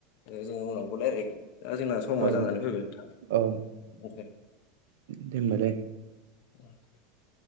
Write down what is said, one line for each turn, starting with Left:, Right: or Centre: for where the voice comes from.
Left: जोङो उनावबो रायल्लायगोन दा जोंना समा
Right: औ औ
Left: जानानै फैबाय नोंथां
Right: दे होनोमबालाय
Left: औ <inaudible>